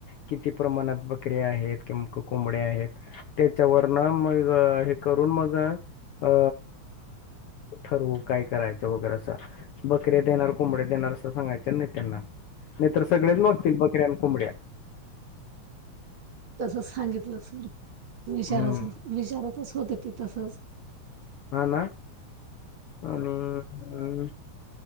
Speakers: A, on the left (about 65°); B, on the right (about 50°).
A: किती प्रमाणात बकरी आहेत किं कोंबड्या आहेत त्याच्यावरन मग हे करून मग अ ठरवू काय करायचं वगैरे अस बकऱ्या देणार ब दे सांगाय नाही त्यांना नाहीर सगळेच ब्यां हो मुड
B: तसच सांगितलं सर विचारच
A: हम्म
B: विचाराातच होते ते तसच
A: हा ना आणि